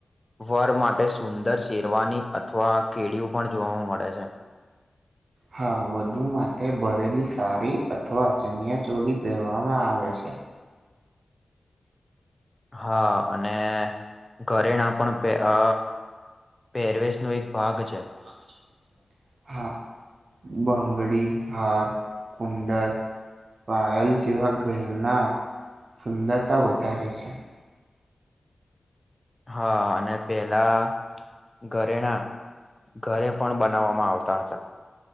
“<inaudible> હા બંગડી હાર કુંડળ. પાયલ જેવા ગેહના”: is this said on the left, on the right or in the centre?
Right